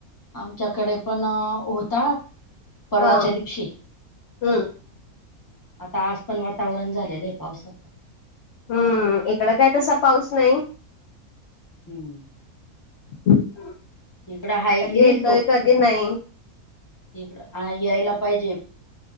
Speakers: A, on the left; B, on the left.
A: आमच्याकडे पण होता परवाच्या
B: हा
A: दिवशी.
B: हम्म
A: आता आज पण वातावरण झालेलं आहे पावसाचं
B: हम्म इकडं काय तसा पाऊस नाही
A: हं
B: <inaudible>
A: इकड हाय
B: कधी
A: येईल
B: येतोय
A: तो
B: कधी नाही
A: इिकड यायला पाहिजे